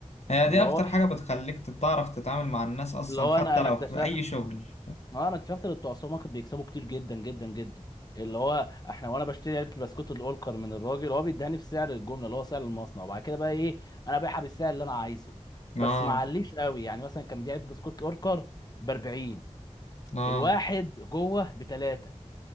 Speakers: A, on the left; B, on the left.
A: هي
B: اللي
A: دي اكتر
B: هو
A: حاجة بتخليك تعرف تتعامل مع الناس اصلا
B: اللي هو
A: حتى
B: انا انا
A: لو
B: اكتشفت
A: في اي شغل
B: انا اكتشفت ان بتوع السوبر ماركت بيكسبوا كتير جدا جدا جدا اللي هو احنا وانا بشتري علبه البسكوت الاولكر من الراجل هو بيديهاني بسعر الجمله اللي هو سعر المصنع وبعد كده بقى ايه انا بايعها بالسعر اللي انا عايزه
A: اه
B: بس ما عليش قوي يعني مثلا كان بيديها علبه بسكوت الاوركر ب 40
A: اه
B: الواحد جوه بثلاثه